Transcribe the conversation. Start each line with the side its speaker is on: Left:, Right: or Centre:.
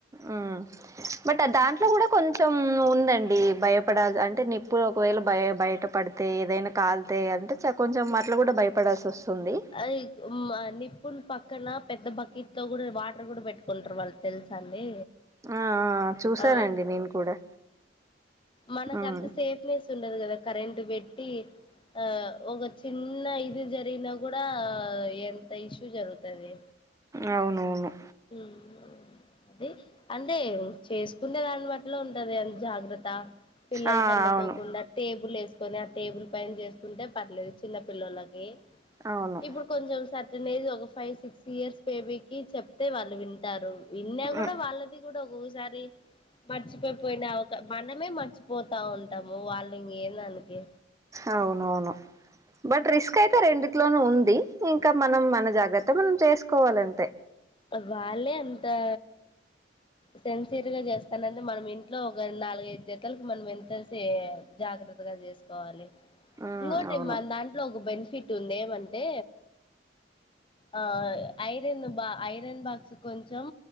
Right: ఆ బట్ దాంట్లో కూడా కొంచం ఉందండి భయపడాల్ అంటే ఇప్పుడు ఒకవేళ బయ బయటపడ్ తె ఏదైనా కాలీతే అంటే కొంచెం అట్ల కూడా భయపడాల్సి వస్తుంది
Left: అది నిప్పుల పక్కన పెద్ద బకెట్లో కూడా వాటర్ కూడా పెట్టుకుంటారు వాళ్ళు తెలుస అండి
Right: ఆ ఆ చూసానండి
Left: ఆ
Right: నేను కూడా
Left: మనకు
Right: హ్మ్
Left: అంత సేఫ్ ెస్ ఉండదు కదా కరెంట్ పెట్టి ఆ ఒక చిన్న ఇది జరిగిన కూడా ఎంత ఇష్యూ జరుగుతది
Right: అవునవును
Left: మ్ అది అంటే చేసుకుంటే దానిబట్లో ఉంటది అంత జాగ్రత్త పిల్లలకు
Right: ఆ
Left: అందుకోకుండా
Right: అవును
Left: టేబుల్ వేసుకొని ఆ టేబుల్ పైన చేసుకుంటే పర్లేదు చిన్న పిల్లలకి
Right: అవును
Left: ఇప్పుడు కొంచెం సటెన్ ఏజ్ ఒక ఫైవ్ సిక్స్ ఇయర్స్ బేబీ కి చెప్తే వాళ్ళు వింటారు విన్నా కూడా
Right: ఉ
Left: వాళ్ళది కూడా ఒక్కొక్కసారి మర్చిపోయిపోయిన ఓక మనమే మర్చిపోతా ఉంటాము వాళ్ళు ఇంకే దనికి
Right: అవునవును బట్ రిస్క్ అయితే రెండుట్లోనూ ఉంది ఇంకా మనం మన జాగ్రత్త మనం చేసుకోవాలి అంతే
Left: వాళ్ళే అంతా సెన్సియర్ గా చేస్తానంటే మనం ఇంట్లో ఒక నాలుగైదు జతలకు మనం ఎంతసే జాగ్రత్తగా చేసుకోవాలి
Right: ఉమ్
Left: ఇంకోటి
Right: అవును
Left: మన దాంట్లో ఒక బెనిఫిట్ ఉంది ఏమంటే ఆ ఐరన్ ను బా ఐరన్ బాక్స్ కొంచెం